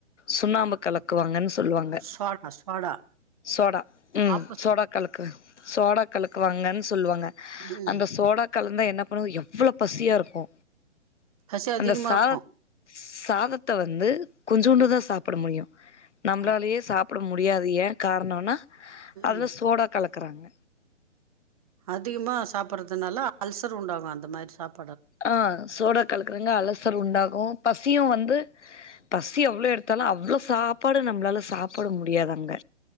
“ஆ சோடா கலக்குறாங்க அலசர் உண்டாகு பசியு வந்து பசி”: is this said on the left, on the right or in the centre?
Left